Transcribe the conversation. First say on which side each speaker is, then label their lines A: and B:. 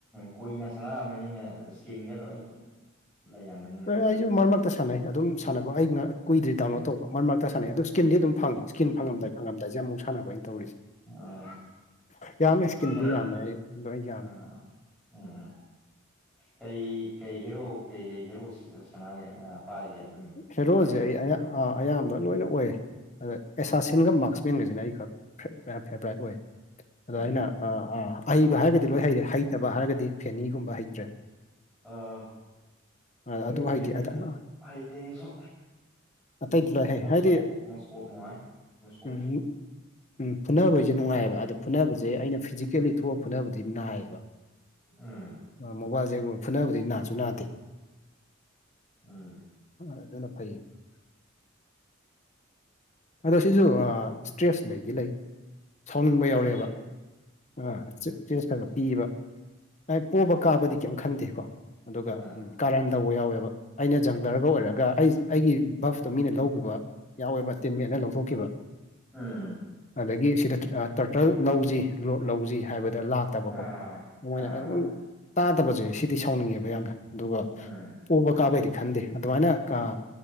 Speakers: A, in the centre; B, on the left (about 35°).
A: ꯀꯨꯏꯅ ꯁꯥꯟꯅꯔꯝꯃꯅꯤꯅꯦ ꯏꯁꯀꯤꯟꯒ ꯂꯣꯏꯅ ꯂꯩꯔꯝꯃꯤ
B: <unintelligible> ꯃꯔꯛ ꯃꯔꯛꯇ ꯁꯥꯟꯅꯩ ꯑꯗꯨꯝ ꯁꯥꯅꯕ ꯑꯩ ꯀꯨꯏꯗ꯭ꯔꯤ ꯗꯥꯎꯟꯂꯣꯗ ꯇꯧꯕ ꯃꯔꯛ ꯃꯔꯛꯇ ꯁꯥꯟꯅꯩ ꯑꯗꯨ ꯁ꯭ꯀꯤꯟꯗꯤ ꯑꯗꯨꯝ ꯐꯪꯏ ꯁ꯭ꯀꯤꯟ ꯐꯪꯂꯝꯗꯥꯏ ꯐꯪꯉꯝꯗꯥꯏꯖꯦ ꯑꯃꯨꯛ ꯁꯥꯟꯅꯕ ꯑꯩꯅ ꯇꯧꯔꯤꯖꯦ
A: ꯑꯥ
B: ꯌꯥꯝꯃꯦ ꯏꯁꯀꯤꯟꯗꯤ
A: ꯀꯩ
B: ꯌꯥꯝꯃꯦ ꯑꯩ ꯂꯣꯏ ꯌꯥꯝꯃꯦ
A: ꯑꯥ ꯎꯝ ꯎꯝ ꯀꯩ ꯀꯩ ꯍꯦꯔꯣ ꯀꯩ ꯀꯩ ꯍꯤꯔꯣ ꯁꯅꯥꯒꯦ ꯑꯥ ꯄꯥꯏꯒꯦ ꯑꯗꯨꯝ
B: ꯍꯦꯔꯣꯖꯦ
A: ꯐꯦꯚꯣꯔꯥꯏꯠ ꯑꯣꯏꯕ
B: ꯑꯩ ꯑꯌꯥ ꯑꯥ ꯑꯌꯥꯝꯕ ꯂꯣꯏꯅ ꯑꯣꯏ ꯑꯗ ꯑꯦꯁꯥꯁꯤꯟꯒ ꯃꯥꯔꯁꯃꯦꯟꯒꯁꯤꯅ ꯑꯩ ꯈꯔ ꯐꯦ ꯐꯦꯕ꯭ꯔꯥꯏꯠ ꯑꯣꯏ ꯑꯗꯣ
A: ꯎꯝ
B: ꯑꯩꯅ ꯑꯥ ꯑꯥ ꯑꯍꯩꯕ ꯍꯥꯏꯔꯒꯗꯤ ꯂꯣꯏ ꯍꯩꯔꯦ ꯍꯩꯇꯕ ꯍꯥꯏꯔꯒꯗꯤ ꯐꯦꯅꯤꯒꯨꯝꯕ ꯍꯩꯇ꯭ꯔꯦ
A: ꯑꯥ
B: ꯑ-
A: ꯑꯩ
B: ꯑꯗꯨ
A: ꯐꯦꯔꯤꯖꯦ
B: ꯍꯩꯇꯦ ꯑꯗ-
A: ꯍꯩꯇꯦ ꯑꯩꯖꯨ
B: ꯑꯇꯩꯗꯤ ꯂꯣꯏ ꯍꯩ
A: ꯃꯣꯁꯀꯣꯞ
B: ꯍꯥꯏꯗꯤ
A: ꯃꯣꯁꯀꯣꯞ ꯅꯨꯡꯉꯥꯏ ꯃꯣꯁꯀꯣꯞꯁꯨ
B: ꯎꯝ ꯎꯝ ꯐꯨꯅꯕꯩꯖꯦ ꯅꯨꯡꯉꯥꯏꯑꯕ ꯑꯗꯣ ꯐꯨꯅꯕꯖꯦ ꯑꯩꯅ ꯐꯤꯖꯤꯀꯦꯜꯂꯤ ꯊꯣꯛꯑꯒ ꯐꯨꯅꯕꯗꯤ ꯅꯥꯏꯌꯦꯕ
A: ꯎꯝ
B: ꯃꯣꯕꯥꯏꯜꯂꯤꯖꯦꯜꯒꯨꯝꯕ ꯐꯨꯅꯕꯗꯤ ꯅꯥꯖꯨ ꯅꯥꯗꯦ
A: ꯎꯝ
B: ꯑꯗꯨꯅ ꯐꯩ ꯑꯗꯣ ꯁꯤꯖꯨ ꯁ꯭ꯇ꯭ꯔꯦꯁ ꯂꯩꯗꯤ ꯂꯩ ꯁꯥꯎꯅꯤꯡꯕ
A: ꯏꯁꯇ꯭ꯔꯦꯁ
B: ꯌꯥꯎꯔꯛꯑꯦꯕ
A: ꯂꯩ
B: ꯑꯥ ꯆꯥ ꯏꯁꯇ꯭ꯔꯦꯁ ꯈꯔꯒ ꯄꯤꯕ ꯍꯥꯏ ꯄꯣꯕ ꯀꯥꯕꯗꯤ ꯀꯔꯤꯝ ꯈꯟꯗꯦꯀꯣ ꯑꯗꯨꯒ
A: ꯑꯥ
B: ꯀꯔꯟ ꯇꯧꯕ ꯌꯥꯎꯋꯦꯕ ꯑꯩꯅ ꯖꯪꯒ꯭ꯂꯔꯒ ꯑꯣꯏꯔꯒ ꯑꯩ ꯑꯩꯒꯤ ꯚꯞꯇꯣ ꯃꯤꯅ ꯂꯧꯒꯤꯕ ꯌꯥꯎꯋꯦꯕ ꯇꯤꯝ ꯃꯠꯅ ꯂꯧꯊꯣꯛꯈꯤꯕ
A: ꯎꯝ
B: ꯑꯗꯒꯤ ꯁꯤꯗ ꯇꯥꯔꯇꯜ ꯂꯧꯖꯤ ꯂꯣꯠ ꯂꯧꯖꯤ ꯍꯥꯏꯕꯗ ꯂꯥꯛꯇꯕꯀꯣ
A: ꯑꯥ
B: ꯃꯣꯏꯅ
A: ꯑꯥ
B: ꯑꯗꯨꯝ ꯇꯥꯗꯕꯖꯦ ꯁꯤꯗꯤ ꯁꯥꯎꯅꯤꯡꯉꯦꯕ ꯌꯥꯝꯅ ꯑꯗꯨꯒ
A: ꯎꯝ
B: ꯄꯣꯕ ꯀꯥꯕꯩꯗꯤ ꯈꯟꯗꯦ ꯑꯗꯨꯃꯥꯏꯅ ꯀꯥ